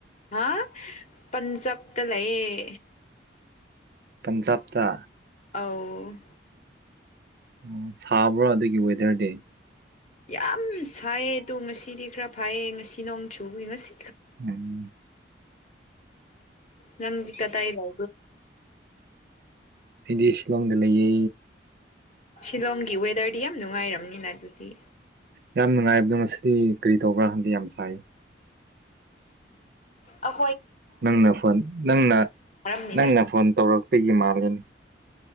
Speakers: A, on the left; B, on the right.
A: ꯍꯥ ꯄꯟꯖꯥꯞꯇ ꯂꯩꯑꯌꯦ
B: ꯄꯟꯖꯥꯞꯇ
A: ꯑ
B: ꯑꯣ ꯁꯥꯕ꯭ꯔꯥ ꯑꯗꯨꯒꯤ ꯋꯦꯗꯔꯗꯤ
A: ꯌꯥꯝ ꯁꯥꯏꯌꯦ ꯑꯗꯣ ꯉꯁꯤꯗꯤ ꯈꯔ ꯐꯥꯏꯌꯦ ꯉꯁꯤ ꯅꯣꯡ ꯆꯨ ꯉꯁꯤ
B: ꯎꯝ
A: ꯅꯪꯒꯤ ꯀꯗꯥ ꯏꯗꯣ
B: ꯑꯩꯗꯤ ꯁꯤꯂꯣꯡꯗ ꯂꯩꯌꯦ
A: ꯁꯤꯂꯣꯡꯒꯤ ꯋꯦꯗꯔꯗꯤ ꯌꯥꯝ ꯅꯨꯡꯉꯥꯏꯔꯕꯝꯅꯤꯅ ꯑꯗꯨꯗꯤ
B: ꯌꯥꯝ ꯅꯨꯡꯉꯥꯏꯕꯗꯣ ꯃꯁꯤꯗꯤ ꯀꯔꯤ ꯇꯧꯕ꯭ꯔꯥ ꯈꯟꯗꯤ ꯌꯥꯝ ꯁꯥꯏ
A: ꯎꯝ
B: ꯅꯪꯅ ꯐꯣꯟ ꯅꯪꯅ
A: ꯃꯔꯝꯅꯤꯗ
B: ꯅꯪꯅ ꯐꯣꯟ ꯇꯧꯔꯛꯄꯒꯤ ꯃꯥꯂꯅꯤ